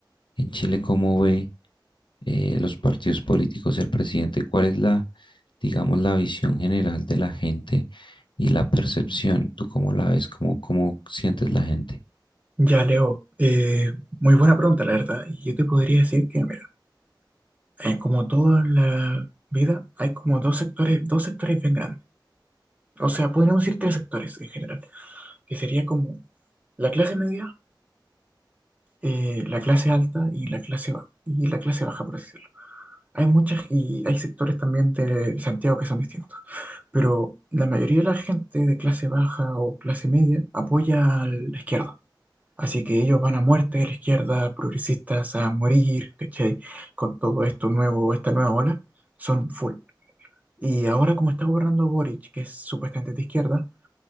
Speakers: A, on the left; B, on the right.
A: en Chile, ¿cómo ve eh, los partidos políticos, el presidente? ¿Cuál es la, digamos, la visión general de la gente y la percepción? ¿Tú cómo la ves? ¿Cómo, cómo sientes la gente?
B: Ya, Leo, eh, muy buena pregunta, la verdad. Y yo te podría decir que, mira, eh, como toda la vida, hay como dos sectores, dos sectores bien grandes. O sea, podríamos decir tres sectores en general, que sería como la clase media, eh, la clase alta y la clase baja, y la clase baja, por así decirlo. Hay muchas, y hay sectores también de Santiago que son distintos. Pero la mayoría de la gente de clase baja o clase media apoya a la izquierda Así que ellos van a muerte, la izquierda, progresistas a morir, ¿cachai? Con todo esto nuevo, esta nueva ola, son full. Y ahora como está gobernando Boric, que es supuestamente de izquierda,